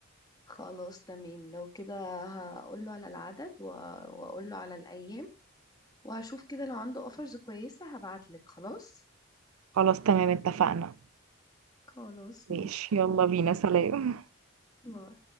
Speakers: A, on the left (about 20°); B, on the right (about 80°).
A: خلاص تمام لو كده هقوله على العدد و- واقوله على الايام وهشوف كده لو عنده اوفرز كويسه هبعتلك خلاص
B: خلاص تمام اتفقنا
A: خلاص
B: ماشي
A: ماشي اتفقنا
B: يلا بينا سلام
A: باي.